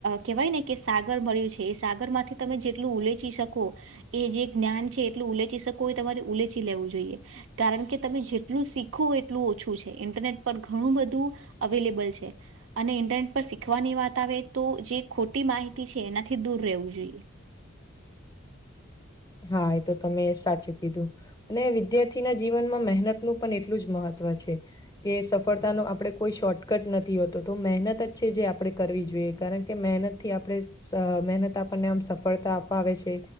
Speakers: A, on the right; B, on the left.
A: કેહેવાય ને કે સાગર મળ્યું છે એ સાગર માંથી તમે જેટલું ઉલેચી શકો એ જે જ્ઞાન છે એટલું ઉલેચી શકવું હોય તમારે ઉલેચી લેવું જોઈએ. કારણ કે તમે જેટલું શીખો એટલું ઓછું છે ઇન્ટરનેટ પર ઘણું બધું અવેલેબલ છે, અને ઇન્ટરનેટ પર શીખવાની વાત આવે તો જે ખોટી માહિતી છે, એના થી દૂર રહેવું જોઈએ.
B: હા એ તો તમે સાચું કીધું ને વિદ્યાર્થીના જીવનમાં મહેનતનું પણ એટલું જ મહત્વ છે. કે સફળતાનો આપણે કોઈ શોર્ટકટ નથી હોતો તો મહેનત જ છે, જે આપડે કરવી જોએ કારણ કે મહેનતથી આપણે સ મહેનત આપણને આમ સફળતા પાવે છે,